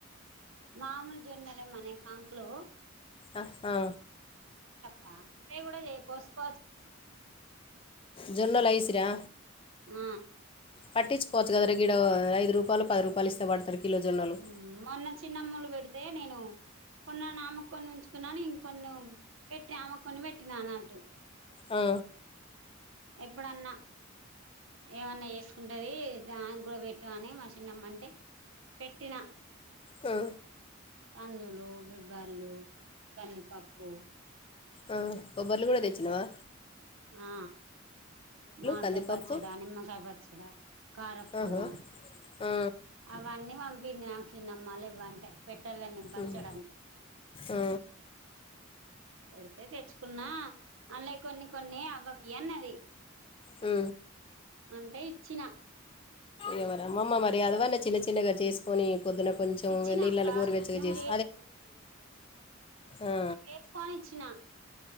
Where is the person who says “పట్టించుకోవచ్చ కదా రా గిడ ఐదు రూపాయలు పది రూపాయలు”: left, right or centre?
Left